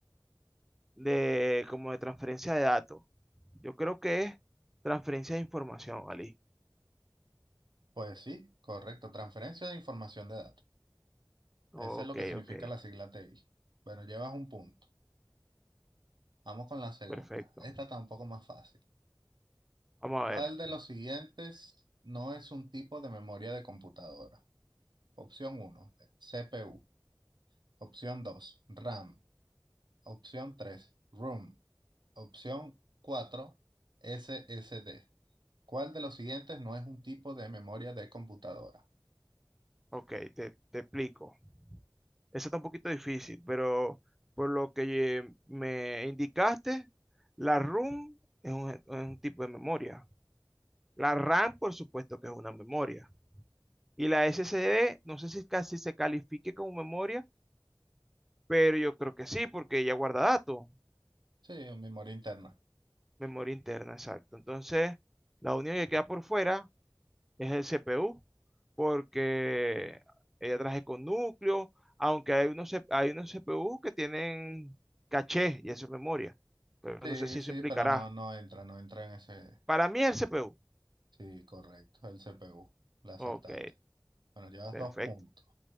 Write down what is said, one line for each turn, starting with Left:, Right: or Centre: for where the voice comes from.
Centre: de como de transferencia de datos. Yo creo que es transferencia de información, Ali.
Right: pues sí, correcto, transferencia de información de datos.
Centre: Ok,
Right: Eso es lo que significa
Centre: ok,
Right: la sigla TI. Bueno, llevas un punto. Vamos con la segunda.
Centre: perfecto.
Right: Esta está un poco más fácil.
Centre: Vamos
Right: ¿Cuál
Centre: a ver.
Right: de los siguientes no es un tipo de memoria de computadora? Opción 1, CPU. Opción 2, RAM. Opción 3, ROM. Opción 4, SSD. ¿Cuál de los siguientes no es un tipo de memoria de computadora?
Centre: Ok, te, te explico. Eso está un poquito difícil, pero por lo que eh, me indicaste, la ROM es un, es un tipo de memoria. La RAM, por supuesto que es una memoria. Y la SSD, no sé si casi se califique como memoria, pero yo creo que sí, porque ella guarda datos.
Right: Sí, memoria interna.
Centre: Memoria interna, exacto. Entonces, la única que queda por fuera es el CPU, porque ella traje con núcleo, aunque hay unos, C- hay unos CPU que tienen caché y eso es memoria, pero
Right: Sí,
Centre: no sé si eso
Right: sí,
Centre: implicará.
Right: pero no, no entra, no entra en ese.
Centre: Para mí es el CPU.
Right: Sí, correcto, el CPU. La acertaste.
Centre: Ok,
Right: Bueno, llevas
Centre: perfecto.
Right: dos puntos.